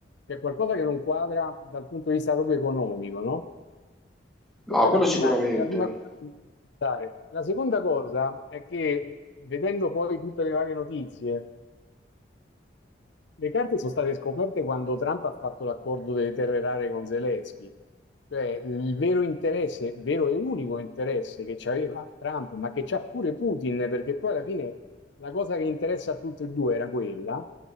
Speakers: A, on the left; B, in the centre.
A: c'è qualcosa che non quadra dal punto di vista proprio economico, no?
B: No,
A: Questa è
B: quello
A: la prima,
B: sicuramente.
A: è la prima cosa che mi fa pensare. La seconda cosa è che, vedendo poi tutte le varie notizie, le carte sono state scoperte quando Trump ha fatto l'accordo delle terre rare con Zelensky. Cioè, il vero interesse, vero e unico interesse che c'aveva Trump, ma che c'ha pure Putin, perché poi alla fine la cosa che interessa a tutti e due era quella.